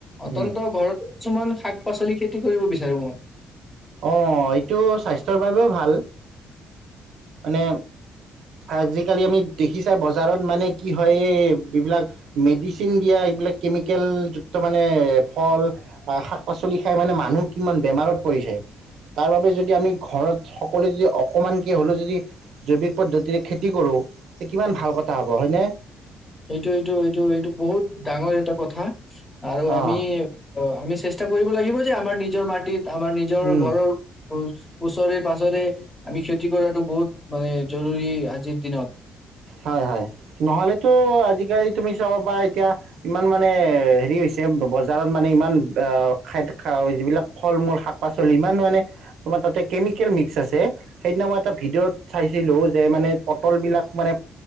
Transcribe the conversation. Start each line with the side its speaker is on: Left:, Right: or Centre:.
Left: অতন্ত
Right: উম,
Left: ঘৰত কিছুমান শাক পাচলি খে। কৰিব বিচাৰো মই।
Right: অ' এইটো স্বাস্থ্যৰ বাবেও ভাল। মানে আজিকালি আমি দেখিছাই বজাৰত মানে কি হয় এই যিবিলাক মেডিচিন দিয়া এইবিলাক কেমিকেলযুক্ত মানে ফল শাক পাচলি খাই মানে মানুহ কিমান বেমাৰত পৰিছে তাৰবাবে যদি আমি ঘৰত সকলোৱে যদি অকণমানকৈ হ'লেও যদি। জৈৱিক পদ্ধতিৰে খেতি কৰোঁ‌। এ কিমান ভাল কথা হ'ব হয়নে।
Left: সেইটো এইটো এইটো এইটো বহুত ডাঙৰ এটা কথা। আৰু
Right: অ'
Left: আমি অ' আমি চেষ্টা কৰিব লাগিব। আৰু নিজৰ মাটিৰ আমাৰ নিজৰ
Right: উম।
Left: ঘৰৰ ওচৰে। পাছৰে আমি খেতি কৰাতটো বহুত মানে জৰুৰী আজিৰ দিনত
Right: হয় হয় নহ'লেতো আজিকালি তুমি চাব পাৰা। এতিয়া ইমান মানে হেৰি হৈছে বজাৰত মানে ইমান খ যিবিলাক ফল মূল শাক পাচলি ইমান মানে তোমাৰ তাতে কেমিকেল মিক্স আছে সেইদিনা মই এটা ভিডিঅ'ত চাইছিলোঁ যে মানে পটলবিলাক। মানে